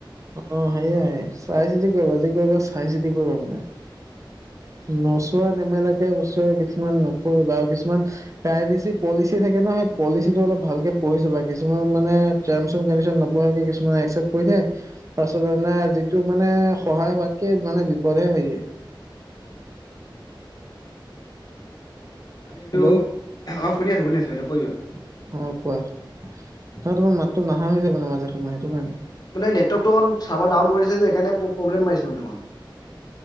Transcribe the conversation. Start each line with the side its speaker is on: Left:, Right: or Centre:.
Right: অ সেয়াই চাই চিতি কৰিবা যি কৰিবা চাই চিতি কৰিবা মানে নচোৱা নেমেলাকে বস্তুবোৰ কিছুমান নকৰিবা আৰু কিছুমান প্ৰাইভেচি পলিচি থাকে নহয় পলিচিটো অলপ ভালকে পঢ়িছাবা কিছুমানত মানে জাইমচম কনদিচন নপঢ়াকে কিছুমানে একচ্চেপ্ত কৰি দিয়ে পাছত মানে যিটো মানে সহায় হোৱাতকে মানে বিপদহে হয়গে
Left: তাকেই তাকেই আৰু এইটো
Right: হেল্ল'
Left: অ শুনি আছো শুনি আছো সেইটো কৈ যোৱা
Right: উম কোৱা নহয় তোমাৰ মাতো নাহা হৈ যাই মাজে সময়ে সেইটো কাৰণে
Left: মানে নেতৱৰ্কটো অকণ চাবাৰ ডাউন কৰিছে যে সেইকাৰণে প্ৰবলেম মাৰিছে মানে অকণ